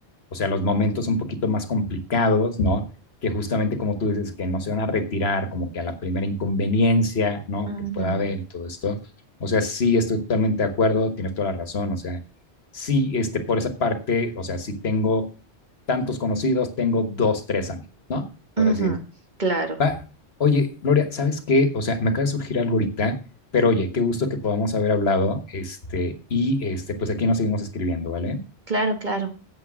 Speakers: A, on the left (about 65°); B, on the right (about 45°).
A: o sea, los momentos un poquito más complicados, ¿no? que justamente como tú dices, que no se van a retirar como que a la primera inconveniencia, ¿no?
B: ujú,
A: Que pueda haber y todo esto. O sea, sí, estoy totalmente de acuerdo, tienes toda la razón, o sea, sí, este, por esa parte, o sea, sí tengo tantos conocidos, tengo dos, tres amigos, ¿no? Por
B: ujú.
A: así decirlo.
B: Claro,
A: Va, oye, Gloria, ¿sabes qué? O sea, me acaba de surgir algo ahorita, pero oye, qué gusto que podamos haber hablado, este, y este, pues aquí nos seguimos escribiendo, ¿vale?
B: claro, claro.